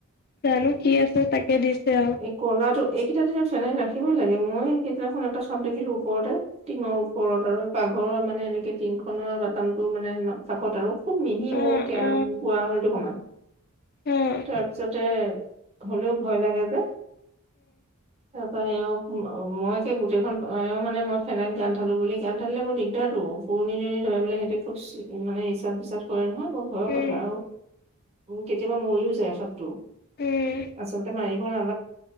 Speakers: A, on the left; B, on the right.
A: জানো কি আছে তাকে দিছে আউ
B: এই কলাটো এইকেইটা দিনত চেলাই ৰাখিবই লাগে মই সেইদিনাখন এটা চাপ দেখিলো ওপৰতে টিঙৰ ওপৰত আৰু পাকঘৰৰ মানে এনেকে টিংখনৰ বাটামটো মানে না চাখত আৰু খুব মিহি
A: অ
B: মোৰ কেৱা
A: অ
B: বোৱা আঙুলিটো সমান
A: অ উম
B: তাৰপিছতে হলেও ভয় লাগে যে তাৰপা এওঁক ম মই কে গোটেইখন পা এওঁ মানে মই ফেনাইল গানত ধালো বুলি গাত ধালিলে বৰ দিগদাৰটো পুৰণি দুি ধ পেললে সেইটো <unintelligible> খুবচ মানে ইচাদ বিচাদ কৰে নহয় বৰ ভয়ৰ
A: উম
B: কথা আউ কেতিয়াবা মৰিও যায় হত টো
A: উম
B: আচলতে মাৰিব না